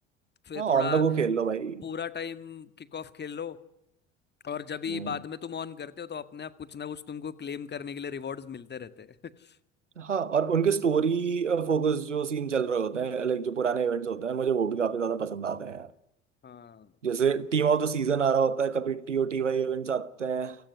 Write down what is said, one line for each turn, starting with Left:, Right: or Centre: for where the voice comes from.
Left: फिर
Right: हाँ
Left: थोड़ा
Right: ऑन द गो खेल लो भाई
Left: पूरा टाइम किक ऑफ खेल लो और जब भी
Right: हम्म।
Left: बाद में तुम ऑन करते हो तो अपने आप कुछ ना कुछ तुमको क्लेम करने के लिए रिवॉर्ड्स मिलते रहते हैं <laughs>
Right: हाँ और उनके स्टोरी फोकस जो सीन चल रहे होते हैं लाइक जो पुराने इवेंट्स होते हैं मुझे वो भी काफी ज्यादा पसंद आते हैं यार
Left: हाँ
Right: जैसे टीम ऑफ द सीजन आ रहा होता है कभी टीओटी वाई इवेंट्स आते हैं